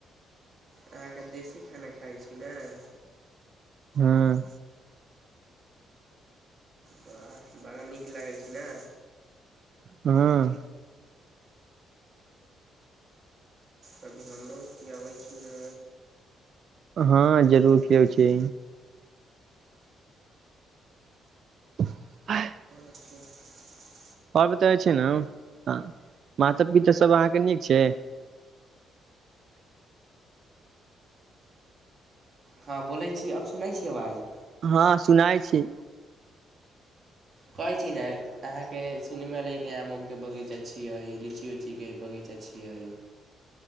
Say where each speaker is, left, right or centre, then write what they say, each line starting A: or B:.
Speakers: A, on the right (about 40°); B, on the right (about 55°).
A: अहाँके देशी खाना खाइ छै। कि नहि
B: हाँ।
A: हाँ बड़ा नीक लागै छी ना।
B: हाँ।
A: कभी हमरो खियाबै छी ने।
B: हाँ जरूर खियोऊ छी। <unintelligible>
A: <unintelligible>
B: और बताई छै ने हां। माता-पिता सब अहाँ के नीक छै।
A: हाँ बोलै छी, अब सुनै छी अवाज।
B: हाँ सुनाय छी।
A: कहै छी ने अहाँ के सुने मे एले या की आम-उम के बगीचा छीये, लीची-उची के बगीचा छियै।